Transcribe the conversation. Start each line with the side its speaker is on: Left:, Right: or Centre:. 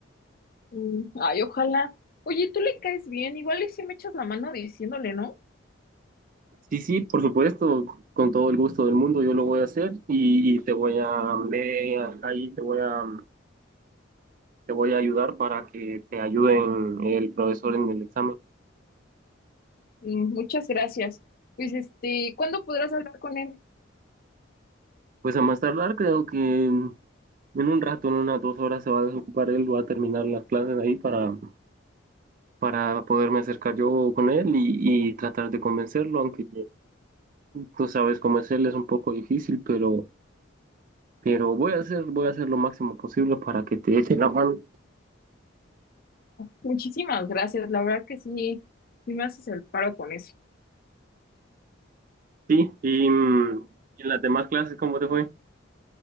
Left: Mm, ay, ojalá. Oye, tú le caes bien, igual y si me echas la mano diciéndole, ¿no?
Right: Sí, sí, por supuesto, con todo el gusto del mundo yo lo voy a hacer y, y te voy a, ve ahí te voy a, te voy a ayudar para que te ayuden el profesor en el examen.
Left: Mm, muchas gracias. Pues este, ¿cuándo podrás hablar con él?
Right: Pues a más tardar, creo que en un rato, en unas dos horas se va a desocupar él, va a terminar las clases ahí para, para poderme acercar yo con él y, y tratar de convencerlo, aunque tú sabes cómo es él, es un poco difícil, pero, pero voy a hacer, voy a hacer lo máximo posible para que te eche la mano.
Left: Muchísimas gracias, la verdad que sí, sí me haces el paro con eso.
Right: Sí, y, mm, en las demás clases, ¿cómo te fue?